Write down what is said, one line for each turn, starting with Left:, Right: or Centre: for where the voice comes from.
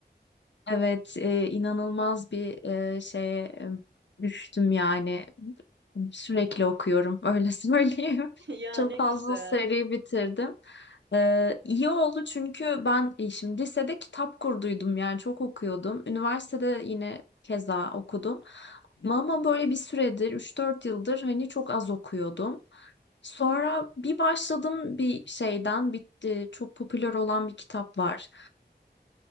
Left: Evet, e, inanılmaz bir e, şeye e, düştüm yani. Sürekli okuyorum, öyle <laughs> söyleyeyim.
Right: <laughs> Ya
Left: Çok
Right: ne
Left: fazla
Right: güzel.
Left: seri bitirdim. Ee, iyi oldu çünkü ben e, şimdi lisede kitap kurduydum yani çok okuyordum. Üniversitede yine keza okudum. Ama ama böyle bir süredir üç dört yıldır hani çok az okuyordum. Sonra bir başladım bir şeyden bitti. Çok popüler olan bir kitap var.